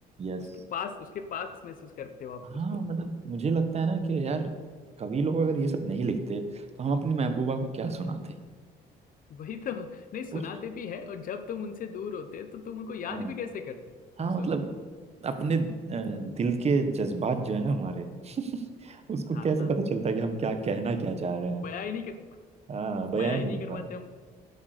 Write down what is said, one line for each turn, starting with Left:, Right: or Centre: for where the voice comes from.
Right: यस
Left: उसके पास उसके पास महसूस करते हो आप
Right: हाँ
Left: उसको
Right: मतलब मुझे लगता है ना कि यार कवि लोग अगर ये सब नहीं लिखते तो हम अपनी महबूबा को क्या सुनाते
Left: वही तो नहीं सुनाते
Right: उस
Left: भी है और जब तुम उनसे दूर होते तो तुम उनको याद
Right: हाँ
Left: भी कैसे करते तुम
Right: हाँ मतलब
Left: सोचो
Right: अपने अ, दिल के जज्बात जो है ना हमारे <laughs> उसको
Left: हाँ
Right: कैसे पता चलता है कि हम क्या कहना क्या चाह रहे हैं
Left: बयां ही नहीं कर
Right: हाँ बयां
Left: बयां
Right: ही नहीं
Left: ही नहीं
Right: कर
Left: कर
Right: पा
Left: पाते
Right: रहे
Left: हम